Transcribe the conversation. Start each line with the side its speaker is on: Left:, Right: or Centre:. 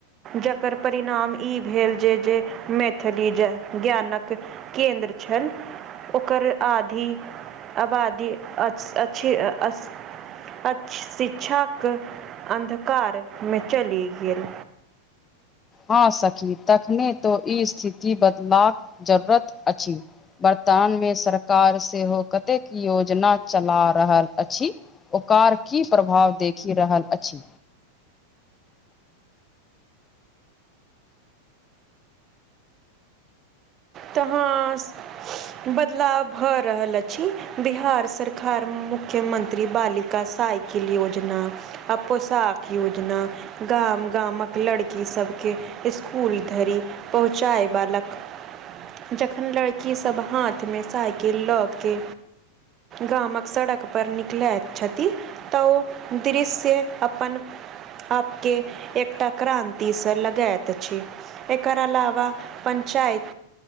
Right: जकर परिणाम ई भेल जे जे मैथिली ज्ञानक केन्द्र छल ओकर आधि आबादी अ अछी अस अच्छी शिक्षाक अन्धकार मे चली गेल
Left: ह सकी तखने तो ई स्थिति बदलबाक जरूरत अछि वर्तमान मे सरकार सेहो कतेक योजना चला रहल अछि ओकार की प्रभाव देखि रहल अछि
Right: तहाँ बदलाव भऽ रहल अछि बिहार सरकार मुख्यमंत्री बालि का साइकिल योजना अपो सााक योजना गाम गामक लड़कीसभके इसकुल धरि पहुँचयवालक जखन लड़कीसभ हाथमे साइकिल लऽ के गामक सड़क पर निकल अ छाती तऽ ओ दृश्य अपन आपके एकटा क्रानति स लगायैत अछि एक अलवा पञ्चायत